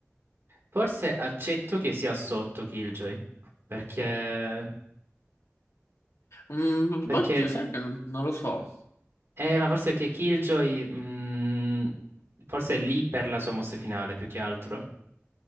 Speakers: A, on the right; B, on the left.
A: Forse accetto che sia sotto Killjoy, perché...
B: Mm,
A: Perché
B: oddio, sai che non, non lo so.
A: Eh, ma forse perché Killjoy, mm, forse è lì per la sua mossa finale, più che altro.